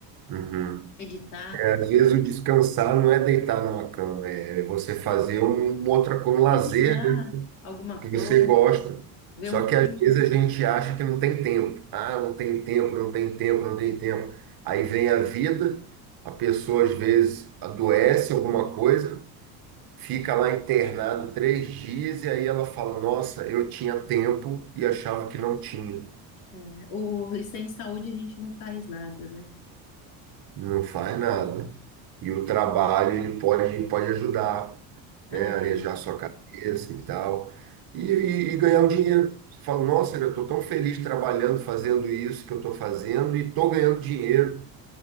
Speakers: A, on the right; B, on the left.
A: Uhum.
B: Meditar,
A: É, às vezes o descansar não é deitar numa cama, é é você fazer um- uma outra com lazer,
B: cozinhar
A: né,
B: alguma coisa,
A: que você gosta.
B: ver
A: Só
B: um
A: que às
B: filme.
A: vezes a gente acha que não tem tempo. Ah, não tem tempo, não tem tempo, não tem tempo. Aí vem a vida, a pessoa às vezes adoece alguma coisa, fica lá internado três dias e aí ela fala: Nossa, eu tinha tempo e achava que não tinha.
B: né? O, e sem saúde a gente não faz nada, né?
A: não faz nada. E o trabalho ele pode, pode ajudar, né?
B: Aham.
A: Arejar sua cabeça e tal. E, e- e ganhar o dinheiro. Você fala, nossa, eu estou tão feliz trabalhando, fazendo isso que eu estou fazendo e estou ganhando dinheiro.